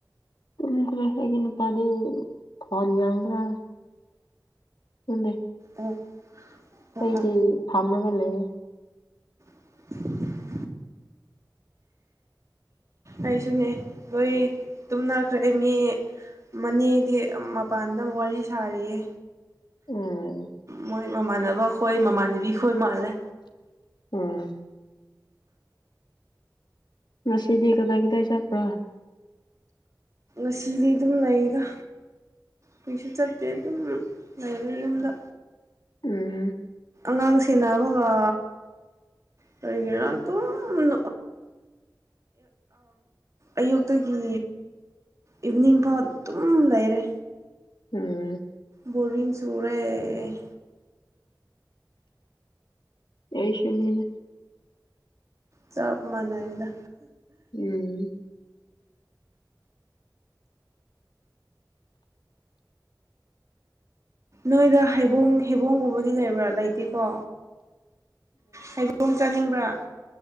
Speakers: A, on the left; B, on the right.
A: ꯇꯈ꯭ꯔꯦ ꯑꯩꯒꯤ ꯅꯨꯄꯥꯗꯤ ꯐꯋꯥꯟ ꯌꯥꯝꯡꯕ꯭ꯔꯥ ꯎꯗ
B: ꯑꯣ ꯑꯣ
A: ꯑꯩꯗꯤ ꯐꯝꯃꯒ ꯂꯩ
B: <inaudible> ꯑꯩꯁꯨꯅꯦ ꯂꯣꯏ ꯇꯨꯝꯅꯈ꯭ꯔꯦ ꯃꯤ ꯃꯅꯦꯗꯤ ꯃꯄꯥꯟꯗꯨ ꯋꯥꯔꯤ ꯁꯥꯔꯤꯌꯦ
A: ꯎꯝ
B: ꯃꯣꯏ ꯃꯃꯥꯟꯅꯕꯈꯣꯏ ꯃꯃꯥꯟꯅꯕꯤ ꯍꯣꯏ ꯃꯜꯦ
A: ꯎꯝ ꯉꯁꯤꯗꯤ ꯀꯗꯥꯏ ꯀꯗꯥꯏ ꯆꯠꯄ꯭ꯔꯥ
B: ꯃꯁꯤꯗꯤ ꯑꯗꯨꯝ ꯂꯩꯔ ꯀꯩꯁꯨ ꯆꯠꯇꯦ ꯑꯗꯨꯝ ꯂꯩꯔꯦ ꯌꯨꯝꯗ
A: ꯎꯝ
B: ꯑꯉꯥꯡ ꯁꯦꯟꯅꯕꯒ ꯀꯔꯤꯒꯤꯅ ꯑꯗꯨꯝ ꯑꯌꯨꯛꯇꯒꯤ ꯏꯚꯅꯤꯡ ꯐꯥꯎ ꯑꯗꯨꯝ ꯂꯩꯔꯦ
A: ꯎꯝ
B: ꯕꯣꯔꯤꯡ ꯆꯨꯔꯦ
A: ꯑꯩꯁꯨꯅꯤꯅ
B: ꯆꯕ ꯃꯅꯏꯗ
A: ꯎꯝ
B: ꯅꯣꯏꯗ ꯍꯩꯕꯣꯡ ꯍꯩꯕꯣꯡꯒꯨꯝꯕꯗꯤ ꯂꯩꯕ꯭ꯔꯥ ꯂꯩꯇꯦꯀꯣ ꯍꯥꯏꯗꯣꯡ ꯆꯥꯅꯤꯡꯕ꯭ꯔꯥ